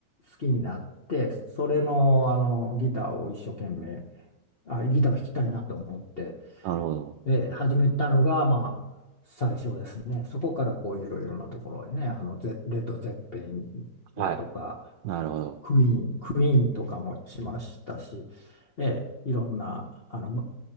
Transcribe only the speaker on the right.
なるほど。
はい。なるほど。